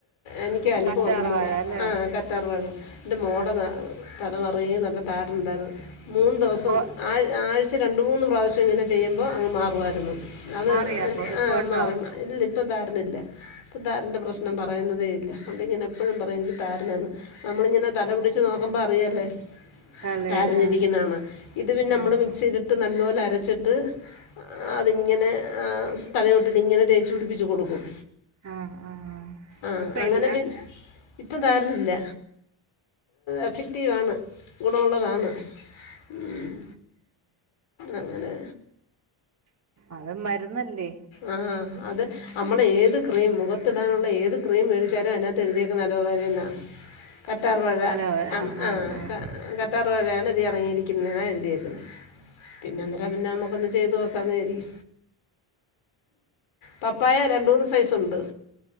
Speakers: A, on the left (about 70°); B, on the right (about 35°).
A: എനിക്ക് അനുഭവം
B: കറ്റാർ
A: ഉണ്ട് മോ
B: വാഴ അല്ലേ
A: ആ കറ്റാർ വാഴ എന്റെ മോള്ടെ ത തലനിറയെ നല്ല താരനുണ്ടായിരുന്നു മൂന്ന് ദിവസം
B: ഇപ്പൊ
A: ആഴ് ആഴ് ച്ച് രണ്ട് മൂന്ന് പ്രാവശ്യം ഇങ്ങനെ ചെയ്യുമ്പോ അങ് മാറുമാ <inaudible> അത്
B: മാറിയാ ഇപ്പൊ ഇപ്പൊ
A: ആ <unintelligible>
B: ഉണ്ടോ
A: ഇല്ലെ ഇപ്പോ താരൻ ഇല്ല ഇപ്പോ താരൻ്റെ പ്രശ്നം പറയുന്നതേയില്ല അല്ലെങ്കിൽ ഞാൻ എപ്പഴും പറയും നിക്കി താരനാന്ന് നമ്മളിങ്ങനെ തല പിടി ച്ച് നോക്കുമ്പോ അറിയാലെ
B: തലേല്
A: താരൻ ഇരിക്കുന്നെ
B: ആഹ്
A: ന്ന് ഇത് പിന്നെ നമ്മൾ
B: ആഹ്
A: മിക്സ് ചെയ്തിട്ട് നല്ലപോലെ അരച്ച് അരച്ചിട്ട് അതിങ്ങനെ ആ തലയോട്ടിൽ ഇങ്ങനെ തേച്ച് പിടിപ്പിച്ച് കൊടുക്കും
B: ആഹ് ആഹ് ആഹ്
A: ആഹ്
B: ഇപ്പ
A: അങ്ങനെ
B: ഇല്ല
A: പിന്നെ ഇപ്പം താരൻ ഇല്ല എഫക്ടീവ് ആണ് ഗുണമുള്ളതാണ് ഉം അങ്ങനെ
B: അത് മരുന്നല്ലേ
A: ആ അത് നമ്മൾ ഏത് ക്രീം മുഖത്തിടാനുള്ള ഏത് ക്രീം മേടിച്ചാലും അയിനകത്ത് എഴുതിരിക്കുന്നത് ആലോവേര എന്നാ കറ്റാർവാഴ
B: അലോ
A: അം
B: ആഹ്
A: ആ
B: ആഹ് ആഹ്
A: ക കറ്റാർവാഴ ആണ് ഇതി അടങ്ങിയിരി ക്കിന്നത് ഇത് ന്നാ അന്നേരം പിന്നെ നമുക്കൊന്ന് ചെയ്ത് നോക്കാന്ന് കരുതി പപ്പായ രണ്ട് മൂന്ന് സൈസ് ഉണ്ട്